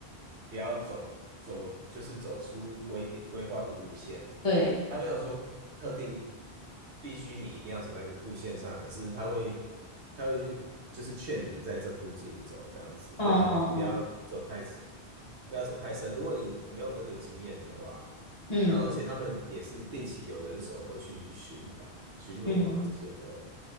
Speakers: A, on the right (about 85°); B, on the left (about 35°).
A: 不要走走，就是走出规定规划的路线。
B: 对，
A: 他没有说特定必须你一定要走在路线上，可是他会他会就就是劝你在这附近走，这样子，
B: 嗯嗯
A: 不要让不要走太不要走太深。如果你没有那个经验的话，
B: 嗯
A: 然后而且他们也是定期有人手会去巡环啊、巡逻啊这些的，
B: 嗯嗯，